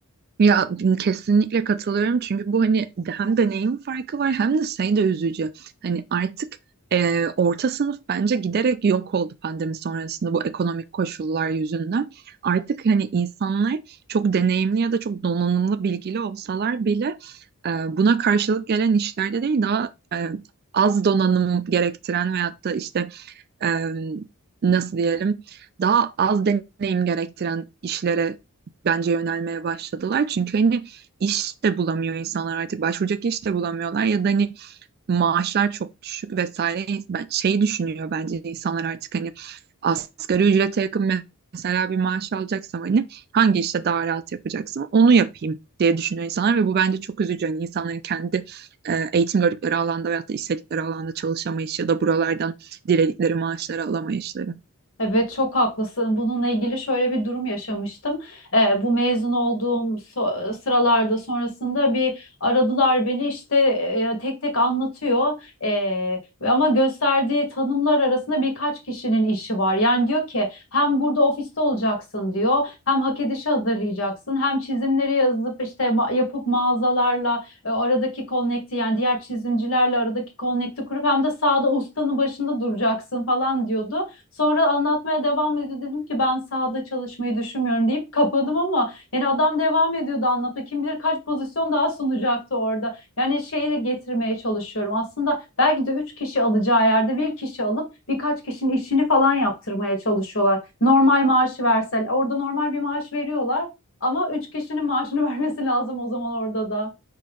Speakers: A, on the right; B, on the left.
A: Ya kesinlikle katılıyorum çünkü bu hani hem deneyim farkı var hem de şey de üzücü. Hani artık e, orta sınıf bence giderek yok oldu pandemi sonrasında bu ekonomik koşullar yüzünden. Artık hani insanlar çok deneyimli ya da çok donanımlı bilgili olsalar bile e, buna karşılık gelen işlerde değil daha e, az donanım gerektiren veyahut da işte e, nasıl diyelim daha az deneyim gerektiren işlere bence yönelmeye başladılar. Çünkü hani iş de bulamıyor insanlar artık başvuracak iş de bulamıyorlar ya da hani maaşlar çok düşük vesaire. Ben şeyi düşünüyor bence insanlar artık hani asgari ücrete yakın mesela bir maaş alacaksam hani hangi işte daha rahat yapacaksam onu yapayım diye düşünüyor insanlar ve bu bence çok üzücü. Hani insanların kendi e, eğitim gördükleri alanda veyahut da istedikleri alanda çalışamayışı ya da buralardan diledikleri maaşları alamayışları.
B: Evet çok haklısın. Bununla ilgili şöyle bir durum yaşamıştım. Ee, bu mezun olduğum so- sıralarda sonrasında bir aradılar beni işte e, tek tek anlatıyor. Ee, ama gösterdiği tanımlar arasında birkaç kişinin işi var. Yani diyor ki hem burada ofiste olacaksın diyor. Hem hak edişi hazırlayacaksın. Hem çizimleri yazıp işte ma- yapıp mağazalarla e, aradaki connect'i yani diğer çizimcilerle aradaki connect'i kurup hem de sahada ustanın başında duracaksın falan diyordu. Sonra anlatmaya devam ediyor. Dedim ki ben sahada çalışmayı düşünmüyorum deyip kapadım ama yani adam devam ediyordu anlatmaya. Kim bilir kaç pozisyon daha sunacaktı orada. Yani şeyi de getirmeye çalışıyorum. Aslında belki de üç kişi alacağı yerde bir kişi alıp birkaç kişinin işini falan yaptırmaya çalışıyorlar. Normal maaşı versen orada normal bir maaş veriyorlar ama üç kişinin maaşını <laughs> vermesi lazım o zaman orada da.